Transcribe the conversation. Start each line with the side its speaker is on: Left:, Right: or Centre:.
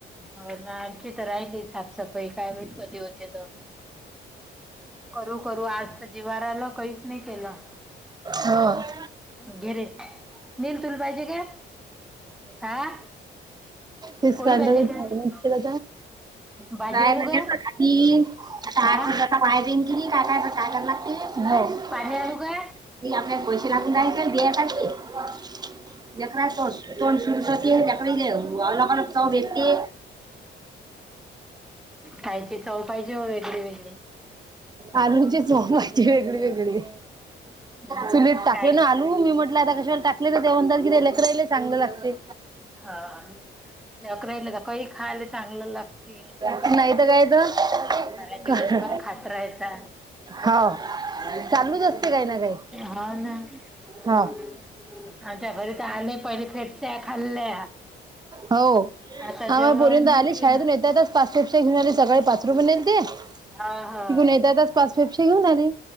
Centre: हो ना आमची तर राहिली साफसफाई,, काय माहित कधी होते त. करू करू आज तर जीवावर आलं, काहीच नाही केलं.
Right: हो. <unintelligible>
Centre: घे रे नील तुला पाहिजे का हा
Right: <unintelligible> ती
Centre: पोळी पाहिजे का
Right: आता
Centre: भाजी
Right: काय
Centre: आणू
Right: करणार
Centre: का
Right: की, बाहेर
Centre: हा
Right: निघून गेली ती काय काय करणार ती.
Centre: पाणी आणू का
Right: <unintelligible> लेकराचं तोंड सूजते, ते अलग अलग चव भेटते.
Centre: खायची चव पाहिजे ओ वेगळे वेगळी.
Right: आरूणची झोपायची वेगळी वेगळी,
Centre: हम्म,
Right: चुलीत टाकलं
Centre: काय
Right: ना रू मी म्हटलं आता कशाला टाकलं, तर ते म्हणतात की ते लेकराला चांगलं लागते.
Centre: हां हां,, लेकराला तर कैई खायला चांगलं लागते.
Right: नाही तर काय तर,,
Centre: सारा दिवसभर खात राहायचा.
Right: हो. चालूच असते काही ना काही.
Centre: हा ना आमच्या
Right: हा
Centre: घरी तर आले पहिले फेरच्या खाल्ल्या.
Right: हो,
Centre: आता
Right: आम्हा
Centre: जेवण
Right: पोरी आले
Centre: केलं.
Right: शाळेतून येता येताच पाच पेपस्या घेऊन आली, सकाळी पाच रुपये नेलते,, तिकडून
Centre: हा हा
Right: येता येताच पाच पेप्सया घेऊन आले.